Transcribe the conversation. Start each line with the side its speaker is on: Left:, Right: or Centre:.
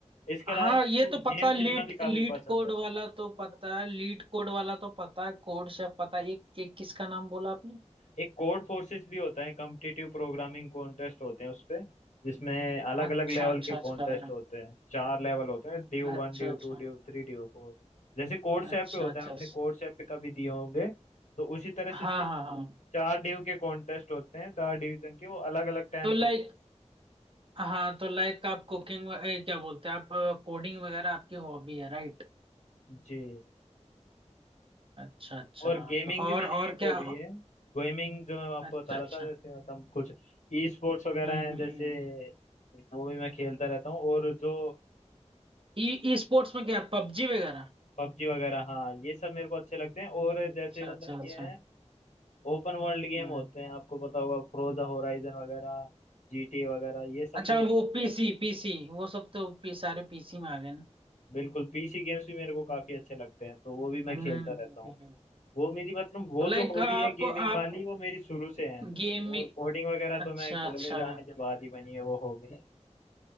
Left: इसके
Right: हाँ
Left: अलावा मेरे
Right: ये
Left: को
Right: तो
Left: गेम
Right: पता
Left: खेलना
Right: लीट
Left: भी काफी
Right: लीट
Left: पसंद
Right: कोड
Left: है
Right: वाला तो पता है लीट कोड वाला तो पता है कोड शेफ पता है एक एक किसका नाम बोला आपने
Left: एक कोड फोर्सेस भी होता है कॉम्पिटिटिव प्रोग्रामिंग कॉन्टेस्ट होते हैं उसपे जिसमें अलग
Right: अच्छा
Left: अलग लेवल
Right: अच्छा
Left: के
Right: अच्छा
Left: कॉन्टेस्ट होते हैं चार लेवल होते हैं div
Right: अच्छा
Left: one div
Right: अच्छा
Left: two div three div four जैसे कोड सैप
Right: अच्छा
Left: पे होता
Right: अच्छा
Left: है आपने कोड सैप पे कभी दिए होंगे तो उसी तरह से
Right: हाँ
Left: इसमें
Right: हाँ हाँ
Left: चार ड्यू के कॉन्टेस्ट होते हैं चार डिवीजन के वो अलग अलग टाइम
Right: तो लाइक
Left: पे होते
Right: हाँ तो लाइक आप कुकिंग क्या बोलते हैं आप कोडिंग वगैरह आपकी हॉबी है राइट
Left: हैं जी
Right: अच्छा अच्छा
Left: और गेमिंग
Right: तो
Left: भी
Right: और
Left: मेरी
Right: और
Left: एक
Right: क्या
Left: हॉबी है गेमिंग जो मैं आपको
Right: अच्छा
Left: बता रहा
Right: अच्छा
Left: था जैसे मतलब कुछ ई स्पोर्ट्स वगैरह
Right: हम्म
Left: हैं
Right: हम्म
Left: जैसे
Right: हम्म,
Left: वो भी मैं खेलता रहता हूँ और जो
Right: ई स्पोर्ट्स में क्या पबजी वगैरह
Left: पबजी वगैरह हाँ ये सब मेरे को अच्छे लगते हैं और
Right: अच्छा
Left: जैसे मतलब
Right: अच्छा
Left: ये
Right: अच्छा
Left: है ओपन वर्ल्ड गेम
Right: हम्म
Left: होते हैं आपको पता होगा फ्रोजा होराइजन वगैरह जीटीए वगैरह ये सब
Right: अच्छा
Left: भी मैं
Right: वो पीसी पीसी वो सब तो पी, सारे पीसी में आ गए ना
Left: बिल्कुल पीसी गेम्स भी मेरे को काफी अच्छे लगते हैं तो वो भी मैं
Right: हम्म
Left: खेलता
Right: हम्म,
Left: रहता हूँ
Right: हम्म।
Left: वो मेरी मतलब वो
Right: तो लाइक
Left: जो हॉबी
Right: आप
Left: है गेमिंग
Right: आप
Left: वाली वो मेरी शुरू से है
Right: गेम में
Left: और कोडिंग वगैरह
Right: अच्छा
Left: तो मैं कॉलेज
Right: अच्छा
Left: आने के बाद ही बनी है वो हॉबी